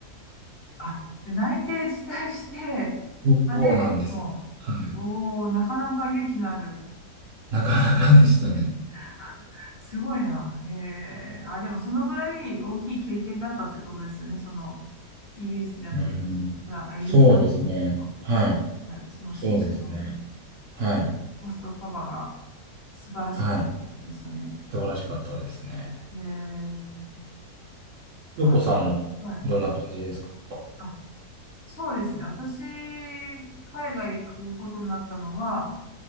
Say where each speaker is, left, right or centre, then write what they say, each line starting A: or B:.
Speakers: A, on the left; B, on the right.
A: あ、で内定辞退して、
B: そうなんです。
A: まあで、も
B: はい。
A: う、おー、なかなか勇気のある。
B: なかなかでしたね。
A: <laughs> すごいな。へえ。あ、でもそのぐらい大きい経験だったってことですよね。その、イギリスじゃなくて、
B: うん。
A: フラあ、イギリスか。
B: そうですね。
A: その、
B: はい。
A: はい、その紳士の
B: そうですね。はい。
A: ホストパパが素晴らしかったってことですよね。
B: はい。素晴らしかったですね。
A: へえ。
B: 京子さんもどんな感じですか
A: あ、はい。あ、そうですね。私、海外行くことになったのは、